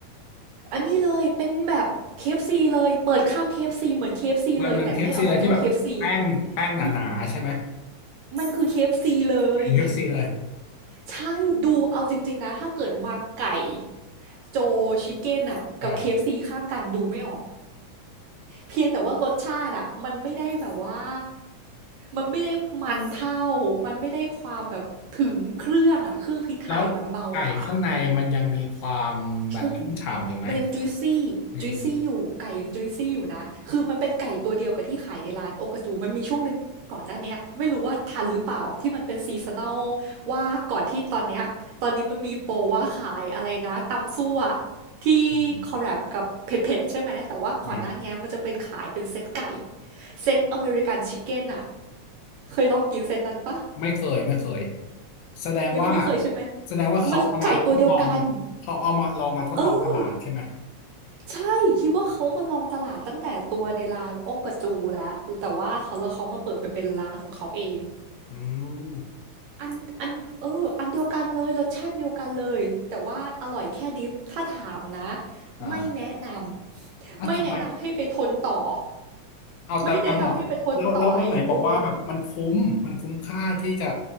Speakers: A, on the right; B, on the left.
A: อันนี้เลยเป็นแบบเคเอฟซีเลยเปิดข้างเคเอฟซีเหมือนเคเอฟ f ีเลยแต่ไม่อร่อยเท่า
B: มันมัน k ซีเลยที่แบบแป้งแป้งหนาๆใช่ไหม
A: KFC มมันคือ k f ีเลย
B: เ k ซีเลย
A: ใช่ดูเอาจริงๆนะถ้าเกิดวางไก่โจชิคเก้นอะกับเคเอฟซีข้างกันดูไม่ออก
B: อ่า
A: เพียงแต่ว่ารสชาติอะมันไม่ได้แบบว่ามันไม่ได้มันเท่ามันไม่ได้ความแบบถึงเครื่องอะเครื่องพริกไทยอะมันเบากว่า
B: แล้วไก่ข้างในมันยังมีความแบบชุ่มฉ่ำอยู่ไหม
A: ชุ่มมันยังจุยซี่จุยซี่อยู่ไก่ยังจุยซี่อยู่นะคือมันเป็นไก่ตัวเดียวกับที่ขายในร้านโอกาจูมันมีช่วงหนึ่งก่อนหน้าเนี้ยไม่รู้ว่าทันหรือเปล่าที่มันเป็นซีซัน
B: ใน
A: a ลว่าก่อนที่ตอนเนี้ยตอนนี้มันมีโปรว่าขายอะไรนะตำซั่วที่คอลแลบกับเผ็ดๆใช่ไหมแต่ว่าก่อนหน้าเนี้ยมันจะเป็นขายเป็นเซตไก่
B: อืม
A: เซตอเมริกันชิคเก้นอะเคยลองกินเซตนั้นปะ
B: ไม่เคยไม่เคยแสดงว่า
A: ยังไม่เคยใช่ไหม
B: แสดงว่าเขาเอามาทดลอง
A: มันคือไก่ตัวเดียวกัน
B: เขาเอามาลองมาทดลองตลาดใช่ไหม
A: เออ ใช่คิดว่าเขามาลองตลาดตั้งแต่ตัวในร้านโอกระจูแล้วแต่ว่าเขาแล้วเขามาเปิดเป็นเป็นร้านของเขาเอง
B: อืม
A: อันอันเอออันเดียวกันเลยรสชาติเดียวกันเลยแต่ว่าอร่อยแค่ดิฟถ้าถามนะ
B: อ่า
A: ไม่แนะนำไม่แนะนำให้ไปทนต่อ
B: อ่ะทำไมเอาแต่แต่บอกแล้วแล้วแล้วไหนบอกว่าแบบมันคุ้มมันคุ้มค่าที่จะ
A: ไม่แนะนำให้ไปทนต่อไอตัว